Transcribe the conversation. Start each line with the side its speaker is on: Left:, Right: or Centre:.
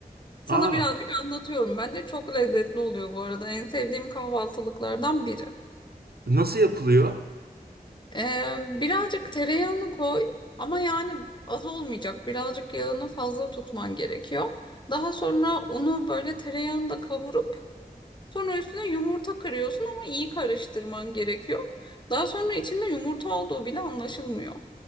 Left: Sana
Right: Aa,
Left: birazcık anlatıyorum. Bence çok lezzetli oluyor bu arada. En sevdiğim kahvaltılıklardan biri.
Right: nasıl yapılıyor?
Left: E, birazcık tereyağını koy ama yani az olmayacak. Birazcık yağını fazla tutman gerekiyor. Daha sonra unu böyle tereyağında kavurup sonra üstüne yumurta kırıyorsun ama iyi karıştırman gerekiyor. Daha sonra içinde yumurta olduğu bile anlaşılmıyor.